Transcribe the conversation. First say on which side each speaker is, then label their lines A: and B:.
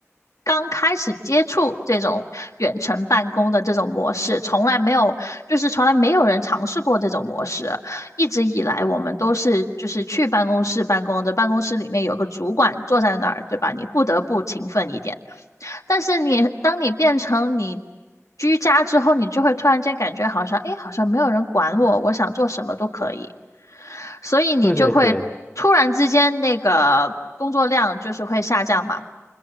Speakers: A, on the left; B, on the left.
A: 刚开始接触这种远程办公的这种模式，从来没有，就是从来没有人尝试过这种模式。一直以来，我们都是就是去办公室办公的，办公室里面有个主管坐在那儿，对吧？你不得不勤奋一点。但是你当你变成你居家之后，你就会突然间感觉好像，诶，好像没有人管我，我想做什么都可以，所以你就会突然之间那个工作量就是会下降嘛。
B: 对对对